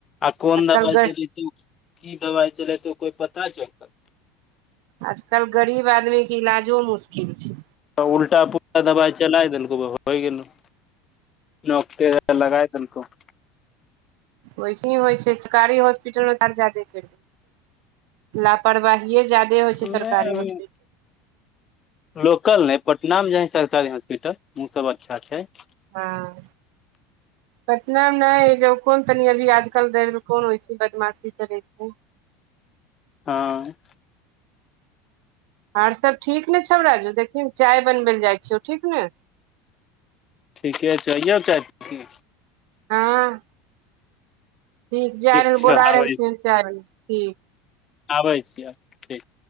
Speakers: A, on the left (about 30°); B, on the right (about 70°).
A: आ कोन
B: आजकल
A: दवाइ
B: ग
A: चलैतो की दवाइ चलेतो कोई पता चलतौ
B: आजकल गरीब आदमीे केँ इलाजो मुश्किल छै
A: उल्टा पुलटा दबाई चला देलको हेबा होय गेलौ नौ केँ तेरह लगाय देलकौ
B: वैसही होइ छै सरकारी हॉस्पिटलमे तऽ आओर जादे पैर जेतो ला परवाहिए ज्यादे होइ छै
A: नै
B: सरकारी
A: अभी
B: हॉस्पिटल
A: लोकल नइ पटना मे जे है सरकारी हॉस्पिटल उ सब अच्छा छै <inaudible>
B: हँ पटना मे नय ई जे कोन तनि अभी आजकल दे कोन ऐसी बदमाशी करै छै
A: हँ
B: आओर सब ठीक नऽ छौ राजू देखहीन चाय बनबै लऽ जाइ छियौ ठीक नऽ
A: ठीके छै आइयो चाय पऽ की
B: हँ ठीक जाय रहल
A: छै
B: बोला
A: आबै
B: रहलखिन
A: छी
B: चाय बनबै लऽ ठीक।
A: आबै छियौ ठीक